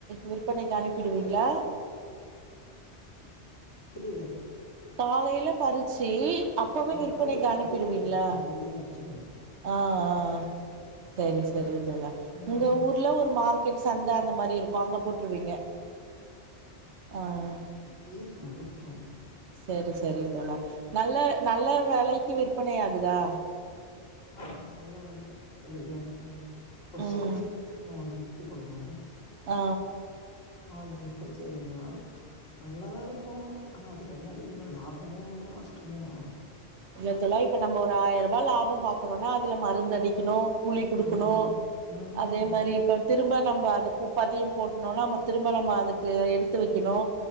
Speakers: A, on the right (about 75°); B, on the left (about 60°).
A: விற்பனைக்கு அனுப்பிடுவீங்கிளா
B: புரில
A: காலேல பறிச்சு அப்பவே
B: ஆமா
A: விற்பனைக்கு
B: காலையிலே
A: அனுப்பிடுவீங்கிளா
B: காலையிலே போயிடு காலையிலயே அனுப்ச்சிருவோ
A: ஆ அ சரி சரி தோழா
B: ம்
A: உங்க ஊர்ல ஒரு மார்க் கெட் சந்த அந்த மாரி இருக்கு அங்க போட்ருவீங்க ஆ அ
B: தி அ வித்துருவோ
A: செரி செரி தோழா நல்ல நல்ல வெலைக்கு விற்பனை ஆகுதா
B: ஆ நல்ல வெல <unintelligible> ஒரு
A: ம்
B: சுவரிக்கு வந்து ட்டு போவே
A: ஆ
B: அதுல நுப்பது சுவரி மூனா நல்லா தா இருக்கு ஆனா அதுக்கு என்ன கெடிக்கணு லாபமு வரு நஷ்டமு வரு
A: இல்ல தோழா இப்ப நம்ம ஒரு ஆயர்ரூபா லாபம் பாக்கறோன்னா அதுல மருந்தடிக்கணு கூலி குடுக்கணு
B: ம் ம்
A: அதே
B: ம்
A: மாரி இப்ப திரும்ப நம்ம அந்த பூ பதியம் போட்ணுனா நம்ம திரும்ப நம்ம அதுக்கு எடுத்து வைக்கணு